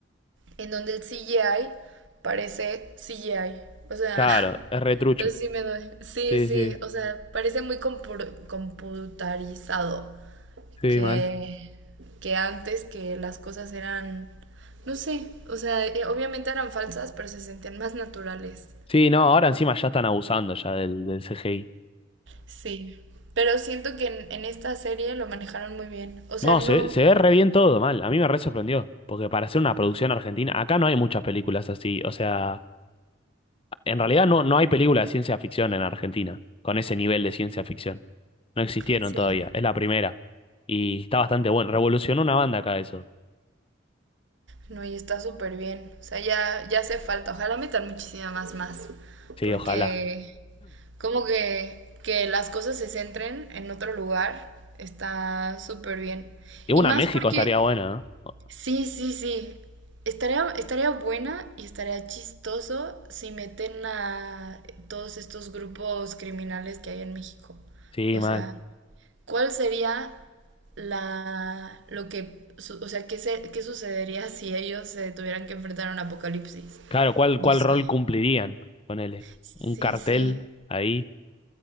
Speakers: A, on the right (about 70°); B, on the left (about 30°).
A: en donde el CGI parece CGI. O sea,
B: Claro,
A: <laughs>
B: es re trucho.
A: no sé si me doy. Sí,
B: Sí,
A: sí,
B: sí,
A: o sea, parece muy compur- computarizado.
B: sí,
A: Que
B: mal.
A: que antes que las cosas eran, no sé, o sea, eh, obviamente eran falsas, pero se sentían más naturales.
B: Sí, no, ahora encima ya están abusando ya del, del CGI.
A: Sí, Pero siento que en, en esta serie lo manejaron muy bien. O sea,
B: No,
A: no,
B: se, ve- se ve re bien todo, mal. A mí me re sorprendió. Porque para hacer una producción argentina, acá no hay muchas películas así. O sea, en realidad no, no hay películas de ciencia ficción en Argentina con ese nivel de ciencia ficción. No existieron
A: sí.
B: todavía. Es la primera. Y está bastante bueno. Revolucionó una banda acá eso.
A: no, y está súper bien. O sea, ya, ya hace falta. Ojalá metan muchísimas más.
B: Sí,
A: Porque
B: ojalá. <clears throat>
A: como que, que las cosas se centren en otro lugar está súper bien.
B: Y una
A: Y más
B: México
A: porque
B: estaría buena, ¿no?
A: Sí, sí, sí. Estaría, estaría buena y estaría chistoso si meten a todos estos grupos criminales que hay en México.
B: Sí,
A: O
B: mal.
A: sea, ¿cuál sería la, lo que, su- o sea, qué se- qué sucedería si ellos se tuvieran que enfrentar a un apocalipsis?
B: Claro, ¿cuál,
A: No
B: cuál
A: sé.
B: rol cumplirían? Ponele.
A: Sí,
B: Un cartel
A: sí.
B: ahí.